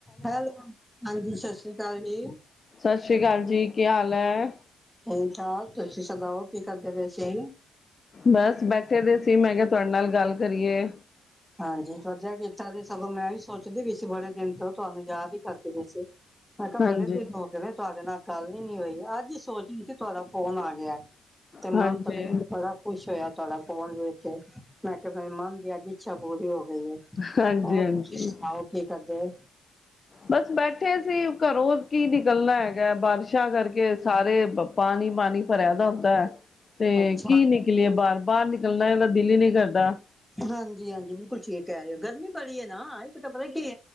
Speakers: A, in the centre; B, on the left.
A: Hello ਹਾਂਜੀ ਸਤਿ ਸ੍ਰੀ ਅਕਾਲ ਜੀ।
B: ਸਤਿ ਸ੍ਰੀ ਅਕਾਲ ਜੀ ਕੀ ਹਾਲ ਹੈ।
A: ਠੀਕ -ਠਾਕ ਤੁਸੀਂ ਸੁਣਾਓ ਕੀ ਕਰਦੇ ਪਏ ਸੀ।
B: ਬਸ ਬੈਠੇ ਦੇ ਸੀ ਮੈਂ ਕਿਆ ਤੁਹਾਡੇ ਨਾਲ ਗੱਲ ਕਰੀਏ।
A: ਹਾਂਜੀ ਵਧੀਆ ਕੀਤਾ ਸੀ ਸਗੋਂ ਮੈਂ ਵੀ ਸੋਚਦੀ ਵੀ ਸੀ ਬੜੇ ਦਿਨ ਤੋਂ ਤੁਹਾਨੂੰ ਯਾਦ ਹੀ ਕਰਦੀ ਪਈ ਸੀ। ਮੈਂ ਕਿਆ
B: ਹਾਂਜੀ
A: ਬੜੇ ਦਿਨ ਹੋ ਗਏ ਤਹਾਡੇ ਨਾਲ ਗੱਲ ਨਈ ਹੋਈ ਅੱਜ ਸੋਚਦੀ ਸੀ ਤੁਹਾਡਾ ਫੋਨ ਆ ਗਿਆ ਤੇ
B: ਹਾਂਜੀ
A: ਮਨ ਪਤਾ ਬੜਾ ਖੁਸ਼ ਹੋਇਆ ਤੁਹਾਡਾ ਫੋਨ ਵੇਖ ਕੇ ਮੈਂ ਕਿਆ ਮੇਰੇ ਮਨ ਦੀ ਅੱਜ ਇੱਛਾ ਪੂਰੀ ਹੋ ਗਈ।
B: ਹਾਂਜੀ
A: ਹੋਰ
B: ਹਾਂਜੀ
A: ਤੁਸੀਂ ਸੁਣਾਓ ਕੀ ਕਰਦੇ।
B: ਬਸ ਬੈਠੇ ਸੀ ਘਰੋਂ ਕੀ ਨਿਕਲਣਾ ਹੈਗਾ ਬਾਰਿਸ਼ਾਂ ਕਰਕੇ ਸਾਰੇ ਪਾਣੀ-ਪਾਣੀ ਭਰਿਆ ਦਾ ਹੁੰਦਾ ਤੇ
A: ਅੱਛਾ
B: ਕੀ ਨਿਕਲੀਏ ਬਾਹਰ-ਬਾਹਰ ਨਿਕ ਕੱਲਿਆਂ ਦਾ ਦਿਲ ਹੀ ਨਈ ਕਰਦਾ।
A: ਹਾਂਜੀ-ਹਾਂਜੀ ਬਿਲਕੁਲ ਠੀਕ ਕਹਿ ਰਏ ਹੋ ਅਗਰ ਗਰਮੀ ਬੜੀ ਏ ਨਾ ਇੱਕ ਤਾਂ ਪਤਾ ਕੀ